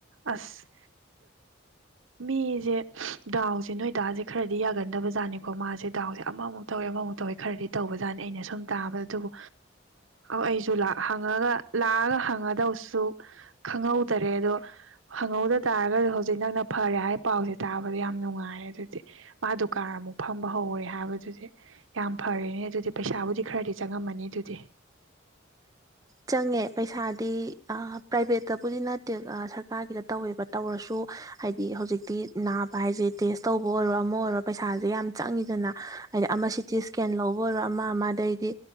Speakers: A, on the right; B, on the right.
A: ꯑꯁ ꯃꯤꯁꯦ ꯗꯥꯎꯁꯦ ꯅꯣꯏ ꯗꯥꯁꯦ ꯈꯔꯗꯤ ꯌꯥꯒꯟꯗꯕ ꯖꯥꯠꯅꯤꯀꯣ ꯃꯥꯁꯦ ꯗꯥꯎꯁꯦ ꯑꯃꯃꯨꯛ ꯇꯧꯏꯦ ꯑꯃꯃꯨꯛ ꯇꯧꯋꯦ ꯈꯔꯗꯤ ꯇꯧꯕꯖꯥꯠꯅꯤ ꯑꯩꯅ ꯁꯨꯝ ꯇꯥꯕꯗ ꯑꯗꯨꯕꯨ ꯑꯩꯁꯨ ꯂꯥꯛꯑ ꯍꯪꯉꯒ ꯂꯥꯛꯑꯒ ꯍꯪꯉꯗꯧꯁꯨ ꯈꯪꯍꯧꯗꯔꯦ ꯑꯗꯣ ꯈꯪꯍꯧꯗ ꯇꯥꯔꯒꯗꯤ ꯍꯧꯖꯤꯛ ꯅꯪꯅ ꯐꯔꯦ ꯍꯥꯏ ꯄꯥꯎꯁꯦ ꯇꯥꯗ ꯌꯥꯝ ꯅꯨꯡꯉꯥꯏꯔꯦ ꯑꯗꯨꯗꯤ ꯃꯥ ꯗꯨꯀꯥꯟ ꯑꯃꯨꯛ ꯐꯝꯕ ꯍꯧꯔꯦ ꯍꯥꯏꯕꯗꯨꯗꯤ ꯌꯥꯝ ꯐꯔꯦꯅꯦ ꯑꯗꯨꯗꯤ ꯄꯩꯁꯥ ꯥꯕꯨꯗꯤ ꯈꯔꯗꯤ ꯆꯪꯉꯝꯃꯅꯤ ꯑꯗꯨꯗꯤ
B: ꯆꯪꯉꯦ ꯄꯩꯁꯥꯗꯤ ꯄ꯭ꯔꯥꯏꯚꯦꯠꯇꯕꯨꯗꯤ ꯅꯠꯇꯦ ꯁꯔꯀꯥꯔꯒꯤꯗ ꯇꯧꯋꯦꯕ ꯇꯧꯔꯁꯨ ꯍꯥꯏꯗꯤ ꯍꯧꯖꯤꯛꯇꯤ ꯅ ꯅꯥꯕ ꯍꯤꯢꯁꯤꯗꯤ ꯇꯦꯁꯇꯧꯕ ꯑꯣꯏꯔꯣ ꯑꯃ ꯑꯣꯢꯔꯣ ꯄꯩꯁꯥꯁꯦ ꯌꯥꯝ ꯆꯪ ꯏꯗꯅ ꯍꯥꯢꯗꯤ ꯑꯃ ꯁꯤꯇꯤ ꯁ꯭ꯀꯦꯟ ꯂꯧꯕ ꯑꯣꯢꯔꯣ ꯑꯃ ꯑꯃꯗꯩꯗꯤ